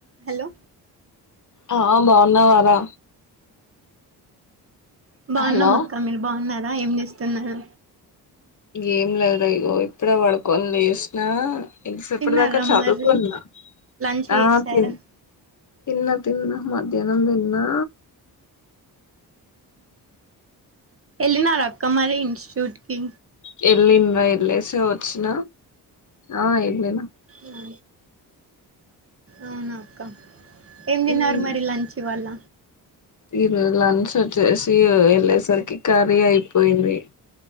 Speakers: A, on the right (about 30°); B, on the left (about 45°).
A: Hello
B: ఆ బాగున్నావారా
A: <unintelligible>
B: hello
A: మక్క మీరు బాగున్నారా ఏం చేస్తున్నారు
B: ఏం లేదు రా ఇగో ఇప్పుడే పడుకోని లేసినా ఎంతసేప్పటి
A: తిన్నారా
B: దాక చదువుకున్నా
A: మరి లంచ్ చేసారా
B: ఆ తి తిన్న తిన్న మధ్యానం తిన్నా
A: వెళ్ళినారా అక్క మళ్లీ ఇన్స్టిట్యూట్కి
B: <unintelligible> వచ్చిన ఆ ఎల్లీనా
A: ఆ అవును అక్క ఏం తిన్నారు
B: ఉమ్,
A: మరి లంచ్ ఇవాళ
B: ఈరోజు లంచ్ వచ్చేసి వెళ్ళేసరికి ఖర్రీ అయిపోయింది